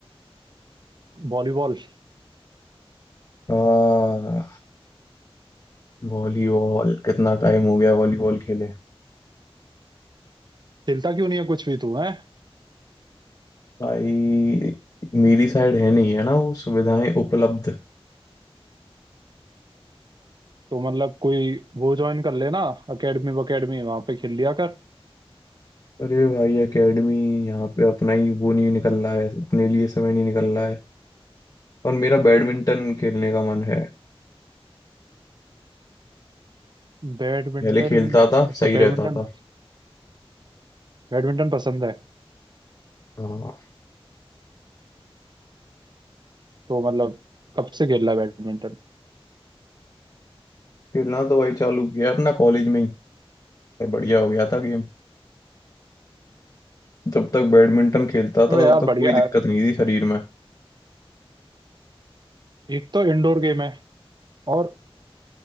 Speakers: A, on the right; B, on the left.
A: वॉलीबॉल
B: आ, वॉलीबॉल कितना टाइम हो गया वॉलीबॉल खेले
A: खेलता क्यों नहीं है कुछ भी तू है
B: भाई मेरी साइड है नहीं है ना वो सुविधाएं उपलब्ध
A: तो मतलब कोई वो ज्वाइन कर लेना अकेडमी वकेडमी वहां पे खेल लिया कर
B: अरे भाई एकेडमी यहाँ पे अपना ही वो नहीं निकल रहा है अपने लिए समय नहीं निकल रहा है और मेरा बैडमिंटन खेलने का मन है
A: बैडमिंटन
B: पहले खेलता था
A: अच्छा
B: सही
A: बैडमिंटन
B: रहता था
A: बैडमिंटन पसंद है
B: हाँ
A: तो मतलब कब से खेल रहा है बैडमिंटन
B: खेलना तो भाई चालू किया अपना कॉलेज में ही और बढ़िया हो गया था गेम जब तक बैडमिंटन खेलता था
A: अबे यार
B: तब तक
A: बढ़िया
B: कोई दिक्कत
A: है
B: नहीं थी शरीर में
A: एक तो इंडोर गेम है और